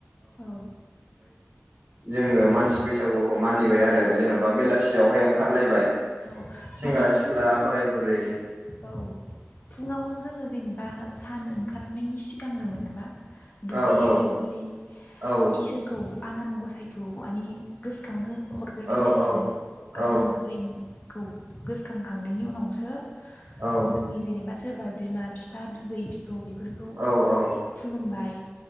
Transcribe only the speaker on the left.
औ।
जों
औ
माने फुङावनो
औ फुङावनो जोङो जेनेबा सान ओंखारनायनि सिगांनोमोन नामा? दुगैयै
लोबै
इसोरखौ आनान गसायखौ माने गोसोखां हरग्रोनाय
जायो
आरो
आनान गसाय। गोसोखांखांनायनि उनावसो
जोंनि जेनेबा सोरबा बिमा बिफा बिबै बिबौ बेफोरखौ
खुलुमबाय